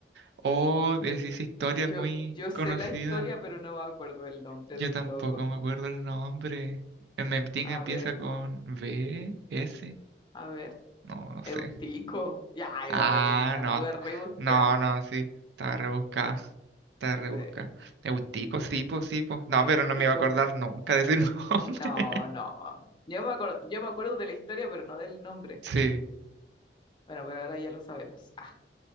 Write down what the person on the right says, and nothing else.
Oh, esa historia
es muy
conocida.
Yo
tampoco
me acuerdo el nombre. En Memting
empieza
con B, S.
No, no sé.
Ah,
no.
No, no, sí. Estaba rebuscada. Estaba rebuscada.
Eutico, sí, po, sí, po. No,
pero no me iba a acordar
nunca de ese <laughs> nombre.
Sí.